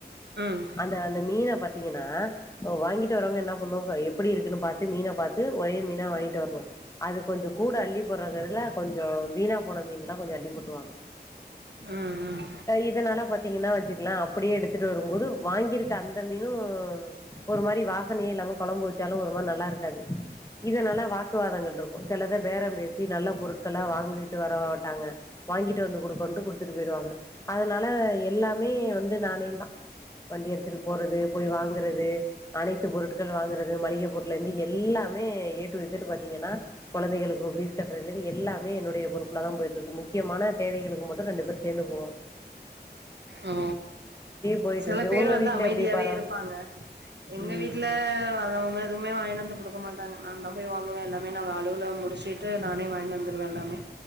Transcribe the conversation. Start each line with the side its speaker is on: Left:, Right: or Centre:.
Right: உம்
Left: அந்த அந்த மீன பாத்தீங்கன்னா வாங்கிட்டு வர்றவுங்க என்ன பண்னணு எப்படி இருக்குன்னு பாத்து மீன பாத் து ஒரே மீனா வாங்கிட்டு வரணு அது கொஞ்சோ கூட அள்ளி போடுற கடையில கொஞ்சோ வீணா போன மீன் ல்லா கொஞ்சம் அள்ளி போட்டுருவாங்க
Right: உம் உம்
Left: இதனால பாத்தீங்கன்னா வச்சுக்கல அப்படியே எடுத்துட்டு வரும்போது வாங்கியிருக்க அந்த மீனும் ஒரு மாரி வாசனையே இல்லாம குழம்பு வச்சாலு ஒரு மாரி நல்லா இருக்காது இதனால வாக்குவாதங்கள் இருக்கு சிலத பேர பேசி நல்ல பொருட்கள வாங்கிட்டு வர மாட்டாங்க வாங்கிட்டு வந்து குடுக்கன்ட்டு குடுத்துட்டு போய்டுவாங்க அதனால எல்லாமே வந்து நானே தா வண்டி எடுத்துட்டு போறது போய் வாங்குறது அனைத்து பொருட்கள் வாங்குறது மளிகை பொருள்லருந்து எல்லாமே ஏட்டு தேட்டர் பாத்தீங்கன்னா கொழந்தைகளுக்கு பீஸ் கட்றதுலருந்து எல்லாமே என்னுடைய பொறுப்புலதா போய்ட்டுருக்கு முக்கியமான தேவைகளுக்கு மட்டு ரெண்டு பேர் சேந்து போவோ
Right: ஓ
Left: போயிட்டு
Right: சில
Left: இருக்கு
Right: பேரு
Left: உங்க
Right: வந்து
Left: வீட்ல
Right: அமைதியாவே
Left: எப்டி பரவால்ல
Right: இருப்பாங்க எங்க
Left: ம்
Right: வீட்ல வதவ்ங்கள் எதுவுமே வாங்கிட்டு வந்து குடுக்க மாட்டாங்க நா தா போய் வாங்குவே எல்லாமே நான் அலுவல முடிச்சுட்டு நானே வாங்கிட் வந்துருவ எல்லாமே